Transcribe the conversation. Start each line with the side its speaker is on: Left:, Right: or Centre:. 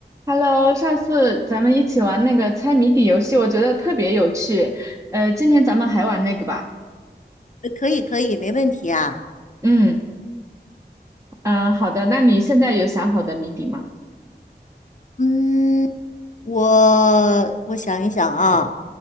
Right: Hello，上次咱们一起玩那个猜谜底游戏，我觉得特别有趣。呃，今天咱们还玩那个吧。
Left: 呃可以，可以，没问题啊。
Right: 嗯嗯、呃好的。那你现在有想好的谜底吗？
Left: 嗯，我我想一想啊，